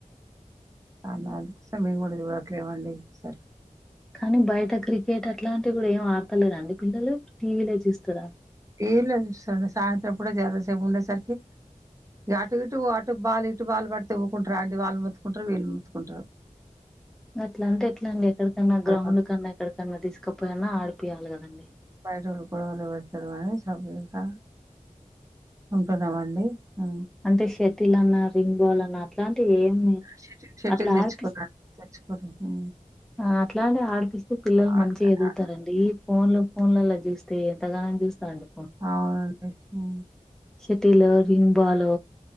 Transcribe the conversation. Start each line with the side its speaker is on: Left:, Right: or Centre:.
Right: ఆ దాని మేం కూడా చూడట్లేమండి సరే
Centre: కానీ బయట క్రికెట్ అట్లాంటివి కూడా ఏం ఆడతలేదండి పిల్లలు టీవీలో చూస్తారా
Right: టివిలో చూస్తారండి సాయంత్రం పూట జరసేపు ఉండేసరికి ఇగ అటు ఇటు అటు బాలు ఇటు బాలు పడితే వూకుంటరా అండి వాళ్ళు మొత్తుకుంటరు వీళ్ళు మొత్తుకుంటరు
Centre: గట్లంటే ఎట్లా అండి ఎక్కడికన్నా గ్రౌండ్
Right: గొడవలు
Centre: కన్నా ఎక్కడికన్నా తీసుకపోయన్నా ఆడిపియ్యాలి కదండి
Right: బయటోళ్లు గొడవలు పెడతారు గానీ సబ్బు ఇంకా ఉంటున్నామండి ఆ
Centre: టే షెటిల్ అన్నా రింగ్ బాలన్నా అట్లాంటివి ఏమి
Right: షెటీల్ షెటిల్
Centre: అట్లా
Right: తెచ్చకున్న
Centre: ఆడిపి
Right: తెచ్చకు ఉ
Centre: ఆ అట్లానే ఆడిపిస్తే పిల్లలు
Right: ఆడతారు
Centre: మంచిగా ఎదుగుతారండి
Right: ఆడతారు
Centre: ఈ ఫోన్లు ఫోన్లల్ల చూస్తే ఎంతగానం చూస్తారండి
Right: ఆవుండి ఊ
Centre: షెటిల్ రింగ్ బాల్